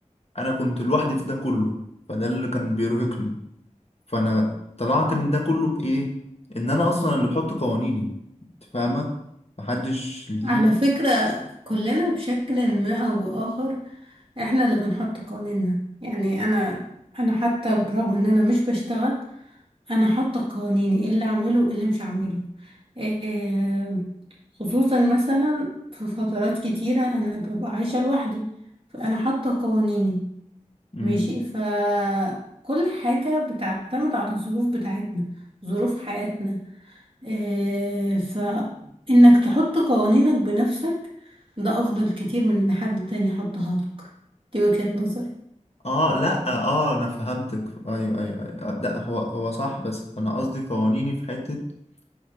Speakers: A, on the left (about 55°); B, on the right (about 45°).
A: انا كنت لوحدي في ده كله فده اللي كان بيرهقني فانا طلعت من ده كله بايه ان انا اصلا اللي بحط قوانيني انت فاهمة محدش ليه
B: على فكرة كلنا بشكل ما أو بآخر احنا اللي بنحط قوانيننا يعني أنا أنا حتى برغم إن أنا مش بشتغل أنا حاطة قوانيني إيه اللي أعمله وإيه اللي مش أعمله آه، خصوصا مثلا في فترات كتيرة أنا ببقى عايشة لوحدي فأنا حاطة قوانيني
A: مم.
B: ماشي فكل حاجة بتعتمد على الظروف بتاعتنا ظروف حياتنا آه، فإنك تحط قوانينك بنفسك ده أفضل كتير من إن حد تاني يحطها لك دي وجهة نظري
A: اه لا اه انا فهمتك ايوه ايوه ايوه لا هو هو صح بس انا قصدي قوانيني في حتة